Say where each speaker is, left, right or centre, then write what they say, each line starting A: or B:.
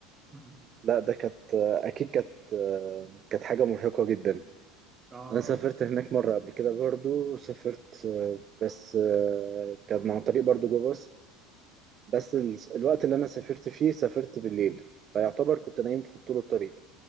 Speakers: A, on the right (about 25°); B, on the right (about 40°).
A: <laughs>
B: لا ده كانت أكيد كانت كانت حاجة مرهقة جدا
A: اه
B: أنا سافرت هناك مرة قبل كده برضو سافرت بس كان عن طريق برضو جو باص بس ال-
A: مم.
B: الوقت اللي أنا سافرت فيه سافرت بالليل فيعتبر كنت نايم في طول الطريق